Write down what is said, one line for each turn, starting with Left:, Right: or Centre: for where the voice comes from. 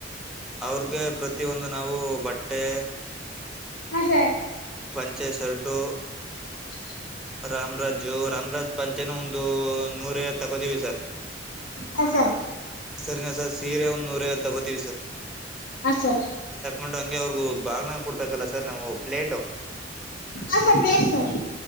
Centre: ಅವ್ರಗೆ ಪ್ರತಿಿಯ ಒಂದು ನಾವು ಬಟ್ಟ. ಟೆ.
Left: ಹ ಸ.
Centre: ಪಂಚೆ ಸರ್ಟು.
Left: ಹಷಾ.
Centre: ರಾಮ್ರಾಜು ರಾಮರಾಜ್ ಪಂಚನ ಒಂದು. ನೂರ ತಗೋತೀವಿ ಸರ್
Left: ಹಾಂ ಸರ್
Centre: ಸರಿನಾ ಸರ್ ಸೀರೆ ಒಂದ್ ನೂರೈಐವತ್ತು ತಗೋತೀವಿ ಸರ್
Left: ಅ ಸರ್
Centre: ೊಂಡ ಹಂಗೆ ಅವ್ರಗೂ ಬಾಗಣ ಕೊಡ್ಬೇಕಲ್ಲ ಸರ್ ನಾವು ಪ್ಲೇಟ್
Left: ಹಾ ಸರ್ ಪ್ೇ ಸರ್.